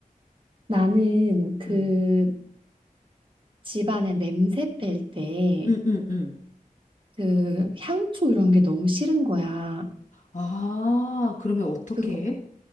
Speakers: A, on the right; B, on the left.
A: 나는 그
B: 음,
A: 집안에 냄새 뺄 때
B: 음, 음, 음.
A: 그 향초 이런 게 너무 싫은 거야.
B: 아, 그러면 어떻게
A: 그거
B: 해?